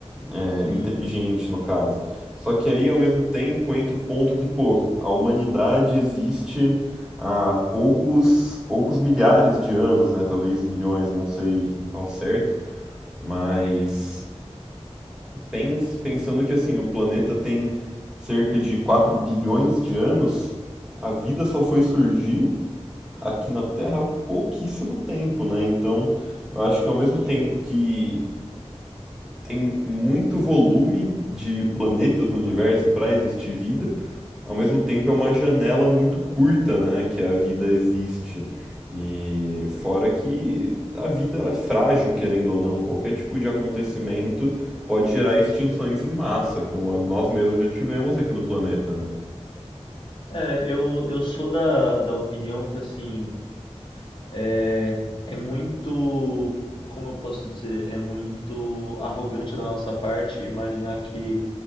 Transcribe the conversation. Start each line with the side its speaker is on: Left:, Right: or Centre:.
Centre: É,
Left: sim,
Centre: inteligente, no caso. Só que aí, ao mesmo tempo, entra o ponto que, pô, a humanidade existe há poucos, poucos milhares de anos, né? Talvez milhões, não sei ao certo, mas Pens- pensando que assim, o planeta tem cerca de 4 bilhões de anos, a vida só foi surgir aqui na Terra há pouquíssimo tempo, né? Então, eu acho que ao mesmo
Left: sim.
Centre: tempo que tem muito volume de planetas no universo para existir vida, ao mesmo tempo é uma janela muito curta, né, que a vida existe. E fora que a vida ela é frágil, querendo ou não, qualquer tipo de acontecimento pode gerar extinções em massa, como a- nós mesmos já tivemos aqui no planeta, né?
Left: É, eu, eu sou da, da opinião que, assim, é, é muito, como eu posso dizer, é muito arrogante da nossa parte imaginar que